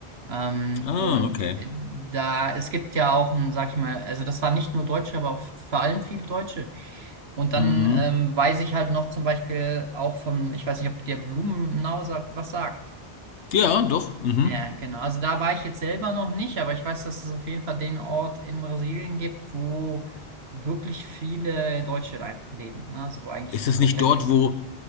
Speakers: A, on the right; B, on the left.
A: Ähm,
B: Ah,
A: und
B: okay.
A: äh, da, es gibt ja auch ein, sag ich mal, also das waren nicht nur Deutsche, aber auch vor allem viele Deutsche. Und dann
B: Mhm.
A: ähm, weiß ich halt noch zum Beispiel auch vom, ich weiß nicht, ob der Blumenau sagt, was sagt.
B: Ja, doch. Mhm.
A: Ja, genau. Also da war ich jetzt selber noch nicht, aber ich weiß, dass es auf jeden Fall den Ort in Brasilien gibt, wo wirklich viele Deutsche einfach leben. Ne? Also wo eigentlich
B: Ist
A: das
B: das
A: komplette...
B: nicht dort, wo